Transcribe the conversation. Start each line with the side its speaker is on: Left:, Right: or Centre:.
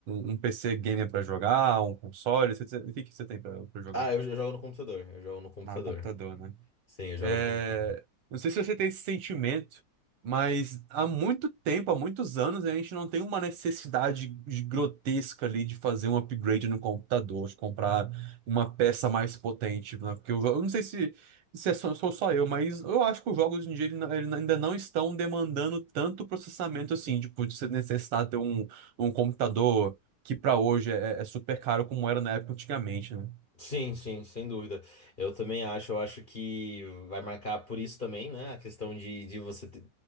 Right: um, um PC gamer pra jogar, um console. você- você- O que que você tem pra pra jogar?
Left: Ah, eu, eu jogo no computador. Eu jogo no computador.
Right: Ah, computador,
Left: Sim, eu jogo
Right: é,
Left: no computador.
Right: Não sei se você tem esse sentimento, mas há muito tempo, há muitos anos, a gente não tem uma necessidade de- grotesca ali de fazer um upgrade no computador, de comprar uma peça mais potente, né? Porque eu, eu não sei se, se é só, sou só eu, mas eu acho que os jogos hoje em dia ele não- ele ainda não estão demandando tanto processamento assim, tipo, de você necessitar ter um, um computador que para hoje é, é super caro como era na época antigamente, né?
Left: Sim, sim, sem dúvida. Eu também acho, eu acho que vai marcar por isso também, né? A questão de, de você ter...